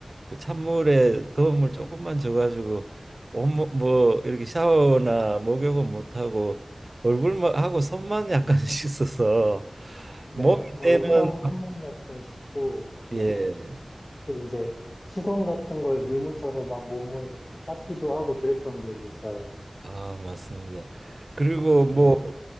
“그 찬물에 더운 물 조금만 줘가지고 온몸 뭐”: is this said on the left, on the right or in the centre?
Right